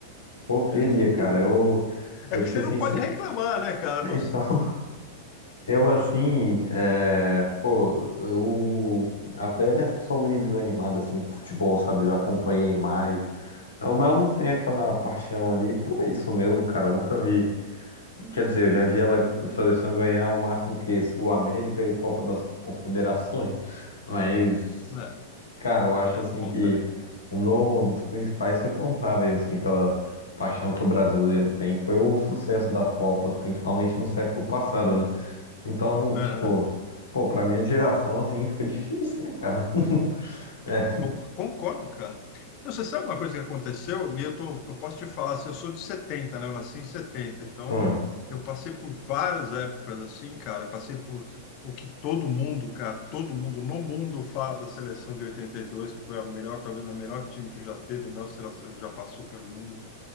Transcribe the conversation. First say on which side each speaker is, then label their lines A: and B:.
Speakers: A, on the left; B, on the left.
A: pô, queria,
B: É,
A: cara. Eu,
B: é
A: eu
B: que
A: pra
B: você
A: ser sincero.
B: não pode reclamar, né, cara? Você...
A: Então, <laughs> eu assim, é, pô, eu até sou meio desanimado assim com futebol, sabe? Já acompanhei mais. Eu- mas eu não tenho aquela paixão ali por isso mesmo, cara. Eu nunca vi. Quer dizer, eu já vi ela, a seleção ganhar o máximo que Sul-América e Copa das Confederações. <laughs> Mas.
B: É,
A: Cara, eu acho
B: é,
A: assim
B: não conta,
A: que
B: né?
A: um do- dos principais responsáveis assim pela paixão que o brasileiro tem foi o sucesso das Copas, principalmente no século passado, né? Então,
B: Aham.
A: tipo, pô, pra minha geração assim fica difícil, né, cara? <laughs> É.
B: Eu Concordo, cara. Não, você sabe uma coisa que aconteceu? E eu, tô, eu posso te falar assim, eu sou de 70, né? Eu nasci em 70. Então,
A: hum,
B: eu passei por várias épocas assim, cara. Eu passei por o que todo mundo, cara, todo mundo no mundo fala da seleção de 82, que foi a melhor, talvez o melhor time que já teve, a melhor seleção que já passou pelo mundo.